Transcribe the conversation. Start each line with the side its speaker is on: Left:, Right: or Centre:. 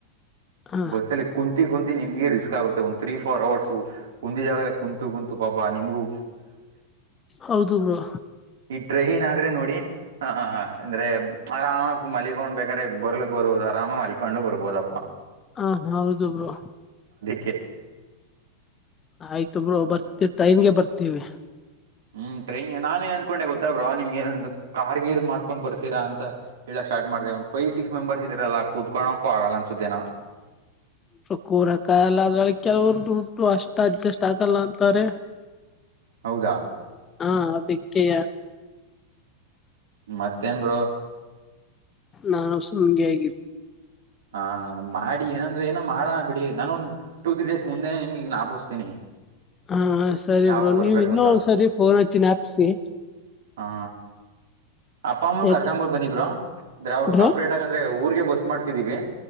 Left: ಹಾ
Right: ಬಸ್ಸಲ್ಲಿ ಕುಂತಿ. ಕುಂತಿ ನಿಮ್ಗೆ ರಿಸ್ಕ್ ಆಗುತ್ತೆ ಒಂದ್ ತ್ರೀ ಫೋರ್ ಅವರ್ಸ್ ಕುಂದಿದ ಜಾಗ ಕುಂತು ಕುಂತು ಪಾಪ ನಿಮಗು.
Left: ಹೌದು ಬ್ರೋ.
Right: ಈ ಟ್ರೈನ್ ಆದ್ರೆ ನೋಡಿ ಅಂದ್ರೆ ಆರಾಮಾಗಿ ಮಲಗೊಂಡ್ಬೇಕ್ <unintelligible> ರೆ ಬೊರಳು ಬೋದು ಅರಾಮಾಗಿ ಮಲಿಕೊಂಡು ಬರಬೋದಪ್ಪ.
Left: ಹಾ ಹೌದು ಬ್ರೋ.
Right: ಕೆ
Left: ಆಯ್ತೊ ಬ್ರೋ ಬರ್ತವಿ ಟೈನ್ಗೆ ಬರ್ತೀವಿ.
Right: ಹ್ಮ್ ಟ್ರೈನ್ಗ ಗೆ ನಾನ ಏನ್ ಅಂದನ್ಕೊಂಡೆ ಗೊತ್ತಾ ಬ್ರೋ, ನಿಮ್ಗೆ ಕಾರ್ ಗೀರ್ ಮಾಡ್ಕೊಂಡ್ ಬರ್ತೀರಾ ಅಂತ ಹೇಳಕ್ ಸ್ಟಾರ್ಟ್ ಮಾಡಿದೆ ಒಂದ್ ಫೈವ್ ಸಿಕ್ಸ್ ಮೆಂಬರ್ಸ್ ಇದ್ರಲ್ಲ ಕೂತ್ಕೊಳ್ಳಕು ಆಗಲ್ಲ ಅನ್ಸುತೇನೋ.
Left: ಸ್ವಲ್ಪ ಕೂರಕ್ಕಾಗಲ್ಲ ಆದ್ರಳ ಕೆಲವರ್ ಉಂಟು ಅಷ್ಟ ಅಡ್ಜಸ್ಟ್ ಆಗಲ್ಲ ಅಂತಾರೆ.
Right: ಹೌದಾ
Left: ಹಾ ಅದಿಕ್ಕೆಯ.
Right: ಮತ್ತೇನ್ ಬ್ರೋ.
Left: ನಾನು ಸಮ್ಮಗೆ ಅಗಿದ್ದ್.
Right: ಹ ಮಾಡಿ ಏನಂದ್ರೆ ಏನೋ ಮಾಡನ ಬಿಡಿ ನಾನು ಟೂ ತ್ರೀ ಡೇಸ್ ಮುಂದೆನೆ ನಿಮ್ಗೆ ನಾಪಿಸ್ತೀನಿ.
Left: ಹಾ ಸರಿ
Right: ಯಾವಾಗ
Left: ಬ್ರೋ
Right: ಬರ್ಬೇಕು
Left: ನೀವ್ ಇನ್ನೊ
Right: ಅಂತ
Left: ಒಂದ್ಸರಿ ಫೋನ್ ಹಚ್ಚ ಞಪ್ಸಿ.
Right: ಹಾ ಅಪ್ಪ ಅಮ್ಮನು
Left: ಯಾಕೆ
Right: ಕರ್ಕೊಂಬ ಬನ್ನಿ ಬ್ರೋ ಅಂದ್ರೆ ಅವ್ರು
Left: ಬ್ರೋ
Right: ಸಪ್ರೇಟ್ ಆಗಂದ್ರೆ ಊರ್ಗೆ. ಬಸ್ ಮಾಡ್ಸಿದೀವಿ.